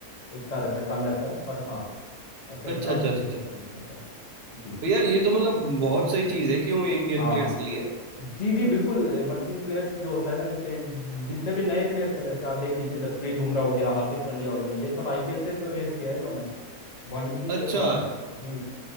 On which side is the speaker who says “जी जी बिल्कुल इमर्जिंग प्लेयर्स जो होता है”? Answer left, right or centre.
Left